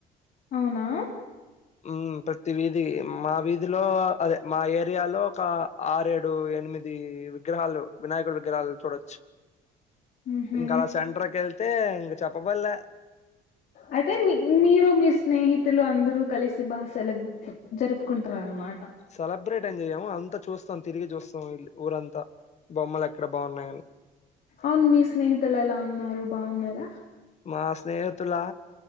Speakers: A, on the left (about 60°); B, on the left (about 40°).
A: అవునా
B: మ్ ప్రతి వీధి మా వీధి లో అదే మా ఏరియాలో ఒక ఆరేడు ఎనిమిది విగ్రహాలు వినాయకుడ్ విగ్రహాలు చూడొచ్
A: ఉహు
B: ఇంకా అలా సెంటర్కెళ్తే ఇంక చెప్పబడ్లే
A: అయితే మీ మీరు మీ స్నేహితులు అందరు కలిసి బా సెల జరుపుకుంటారన్మాట్
B: సెలబ్రేట్ ఏం చేయము అంత చూస్తాం తిరిగి చూస్తాం వెళ్ళి ఊరంతా బొమ్మల్ ఎక్కడ బాగున్నాయని
A: అవున్ మీ స్నేహితులు ఎలా ఉన్నారు బాగున్నారా?
B: మా స్నేహితుల